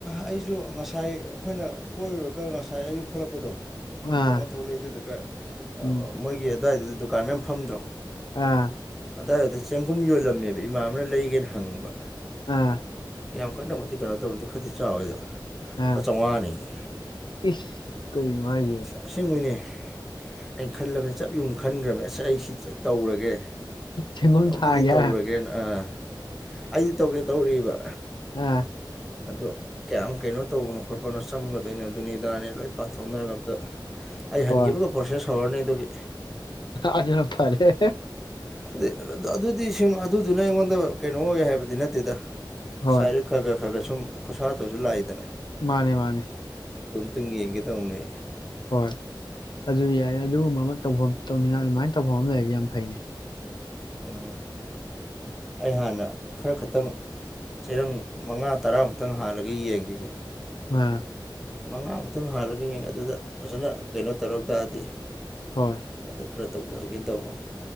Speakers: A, in the centre; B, on the left (about 70°).
A: ꯑꯩꯁꯨ ꯉꯁꯥꯏ ꯑꯩꯈꯣꯏꯅ ꯀꯣꯏꯔꯨꯔꯒ ꯉꯁꯥꯏ ꯑꯌꯨꯛ ꯊꯣꯛꯂꯛꯄꯗꯣ ꯍꯤ
B: ꯑꯥ
A: ꯇꯣꯡꯉꯒ ꯊꯣꯛꯂꯛꯑꯦ ꯑꯗꯨꯗꯨꯒ
B: ꯎꯝ
A: ꯃꯣꯏꯒꯤ ꯑꯗꯨꯋꯥꯏꯗꯨꯗ ꯗꯨꯀꯥꯟ ꯃꯌꯥꯝ ꯐꯝꯗ꯭ꯔꯣ
B: ꯑꯥ
A: ꯑꯗꯋꯥꯏꯗ ꯆꯦꯡꯒꯨꯝ ꯌꯣꯜꯂꯝꯃꯦꯕ ꯏꯃꯥꯅꯕꯅ ꯂꯩꯒꯦꯅ ꯍꯪꯉꯨꯕ
B: ꯑꯥ
A: ꯌꯥꯝ ꯀꯟꯅꯕꯨꯗꯤ ꯀꯩꯅꯣ ꯇꯧꯔꯗꯤ ꯈꯔꯗꯤ ꯆꯥꯎꯋꯦꯗꯣ ꯂꯨꯄꯥ
B: ꯑꯥ
A: ꯆꯥꯝꯃꯉꯥꯅꯦꯌꯦ
B: ꯏꯁ ꯀꯩꯅꯣ ꯍꯥꯏꯁꯤꯕꯣ
A: ꯑꯁꯦꯡꯕꯩꯅꯦ ꯑꯩꯅ ꯈꯜꯂꯕꯅꯦ ꯆꯞ ꯌꯨꯡ ꯈꯟꯈ꯭ꯔꯕꯃꯦ ꯑꯁ ꯑꯩꯁꯤ ꯁꯣꯏꯗꯅ ꯇꯧꯔꯒꯦ
B: ꯁꯦꯝꯐꯝ
A: ꯇꯧꯗꯗꯤ
B: ꯁꯥꯔꯒꯦ
A: ꯇꯧꯔꯒꯦꯅ
B: ꯍꯥꯢꯔꯣ
A: ꯑꯥ ꯑꯩꯗꯤ ꯇꯧꯒꯦ ꯇꯧꯔꯤꯕ
B: ꯑꯥ
A: ꯑꯗꯣ ꯀꯌꯥꯝ ꯀꯩꯅꯣ ꯇꯧꯕꯅꯣ ꯈꯣꯠꯄꯅꯣ ꯆꯪꯒꯗꯣꯏꯅꯣ ꯑꯗꯨꯅꯤ ꯏꯗꯥꯅꯦ ꯂꯣꯏ ꯄꯥꯊꯣꯛꯅꯔꯒ ꯑꯝꯇ ꯑꯩ ꯍꯟꯈꯤꯕꯒ
B: ꯍꯣꯏ
A: ꯄ꯭ꯔꯣꯁꯦꯁ ꯍꯧꯔꯅꯤ ꯑꯗꯨꯒꯤ
B: ꯑꯗꯨꯅ ꯐꯔꯦ
A: ꯑ ꯑꯗꯨꯗꯤ ꯑꯗꯨꯗꯨꯅ ꯑꯩꯉꯣꯟꯗ ꯀꯩꯅꯣ ꯑꯣꯏ ꯍꯥꯏꯕꯗꯤ ꯅꯠꯇꯦꯗ
B: ꯍꯣꯏ
A: ꯁꯥꯏꯠꯇ ꯒꯤ ꯈꯔꯒ ꯈꯔꯒ ꯁꯨꯝ ꯁꯨꯝ ꯈꯣꯔꯁꯥꯇ ꯑꯣꯏꯁꯨ ꯂꯥꯛꯏꯗꯅ
B: ꯃꯥꯅꯦ ꯃꯥꯅꯦ
A: ꯈꯤꯇꯪ ꯌꯦꯡꯒꯦ ꯇꯧꯕꯅꯦ
B: ꯍꯣꯏ ꯑꯗꯨ ꯌꯥꯏ ꯑꯗꯨꯒꯨꯝꯕ ꯑꯃ ꯇꯧꯐꯝ ꯇꯧꯅꯤꯡꯉꯥꯏ ꯑꯗꯨꯃꯥꯏꯅ ꯇꯧꯐꯝ ꯑꯃ ꯂꯩꯔꯗꯤ ꯌꯥꯝ ꯐꯩꯅꯦ
A: ꯎ ꯑꯩ ꯍꯥꯟꯅ ꯈꯔ ꯈꯛꯇꯪ ꯆꯔꯪ ꯃꯉꯥ ꯇꯔꯥꯃꯨꯛꯇꯪ ꯍꯥꯜꯂꯒ ꯌꯦꯡꯈꯤꯒꯦ
B: ꯑ
A: ꯃꯉꯥꯃꯨꯛꯇꯪ ꯍꯥꯜꯂꯒ ꯌꯦꯡꯉ ꯑꯗꯨꯗ ꯐꯖꯅ ꯀꯩꯅꯣ ꯇꯧꯔ ꯇꯥꯔꯗꯤ
B: ꯍꯣꯏ
A: ꯑꯗꯨ ꯈꯔ ꯇꯧꯊꯍꯒꯦ ꯇꯧꯕꯅꯤ